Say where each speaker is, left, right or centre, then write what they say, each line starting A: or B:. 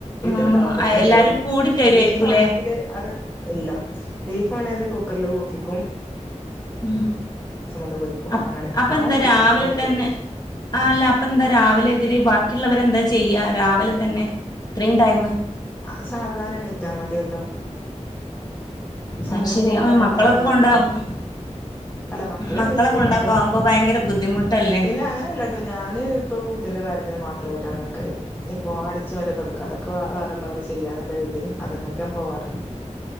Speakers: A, on the left (about 30°); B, on the left (about 15°).
A: ആഹ്
B: ഇത്ണ്ടാക്കും എന്ത്
A: എല്ലാരും കൂടി തരുവായിരിക്കൂല്ലേ
B: ബീഫാണെങ്കില് അത് ഇല്ല ബീഫാണെ അത് കുക്കർല് കൂക്കികും
A: ഉം
B: ഗ്യാസ്മ്മന്ന് പൊരിക്കും
A: അപ്-
B: അങ്ങനെ
A: അപ്പൊ
B: ആരുല്ല
A: എന്താ രാവിലെ
B: നമ്മളൊറ്റക്ക്
A: തന്നെ ആഹ് അല്ല അപ്പ എന്ത രാവിലെ ഇവര് ബാക്കിള്ളവര് എന്താ ചെയ്യ രാവിലെ തന്നെ ഇത്രയും ടൈമ്
B: അഹ് സാവധാനം ഏണീറ്റാ മതിയല്ലൊ
A: അത്
B: സമയം
A: ശരി
B: പോവാനാ
A: ആ മക്കളൊക്കെ
B: പണി ഇല്ലാത്തത്
A: കൊണ്ടാ ഉം
B: അല്ല മക്കളെണീക്കൂല
A: മക്കളെ കൊണ്ടാക്കാവുമ്പോ
B: അപ്പോ
A: ഭയങ്കര ബുദ്ധിമുട്ടല്ലേ
B: പിന്ന അങ്ങനല്ല ട്ടോ ഞാന് ഇപ്പൊ ഫുഡ്ഡിന്റെ കാര്യത്തിന് മാത്രമായിട്ടാണ് നിക്കല് ഇപ്പൊ അടിച്ചു വാര തൊടക്ക അതൊക്കെ വേറള്ളവര് ചെയ്യാന്ന്ള്ള രീതില് അത്മ്മക്ക് ഞാൻ പോവാറില്ല